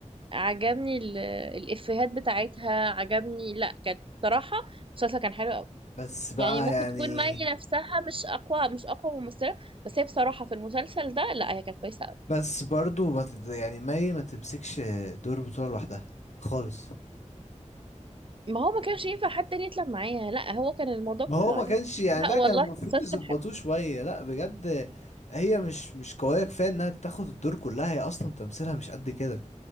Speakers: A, on the right; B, on the left.
A: عجبني ال- الإفيهات بتاعتها عجبني لا كانت صراحة المسلسل كان حلو قوي
B: بس بقى
A: يعني ممكن
B: يعني
A: تكون مي نفسها مش أقوى مش أقوى ممثلة بس هي بصراحة في المسلسل ده لا هي كانت كويسة قوي.
B: بس برضو ما تد... يعني مي ما تمسكش دور بطولة لوحدها خالص
A: ما هو ما كانش ينفع حد تاني يطلع معايا لا هو كان الموضوع
B: ما
A: كله
B: هو ما
A: عليه
B: كانش يعني
A: لا
B: لا
A: والله
B: كان المفروض
A: مسلسل
B: يظبطوه
A: حلو
B: شوية لا بجد هي مش مش قوية كفاية انها تاخد الدور كلها هي اصلا تمثيلها مش قد كده